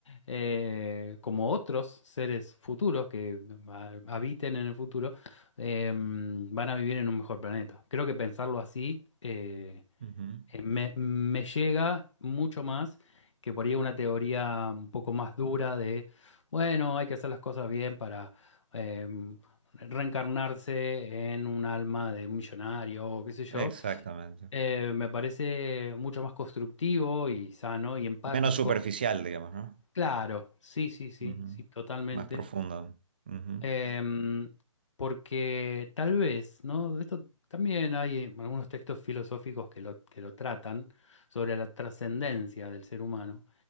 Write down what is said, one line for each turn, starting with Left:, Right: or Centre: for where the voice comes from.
Left: eh, como otros seres futuros que ha- habiten en el futuro, eh, van a vivir en un mejor planeta. Creo que pensarlo así eh,
Right: Ujú.
Left: eh, me, me llega mucho más que por ahí una teoría un poco más dura de, bueno, hay que hacer las cosas bien para em, reencarnarse en un alma de un millonario o qué sé yo.
Right: Exactamente.
Left: Eh, me parece mucho más constructivo y sano y empático.
Right: Menos superficial, digamos, ¿no?
Left: Claro, sí, sí, sí,
Right: Ujú.
Left: sí, totalmente.
Right: Más profundo. ¿no? Ujú.
Left: Em, porque tal vez, ¿no? Esto también hay en algunos textos filosóficos que lo, que lo tratan sobre la trascendencia del ser humano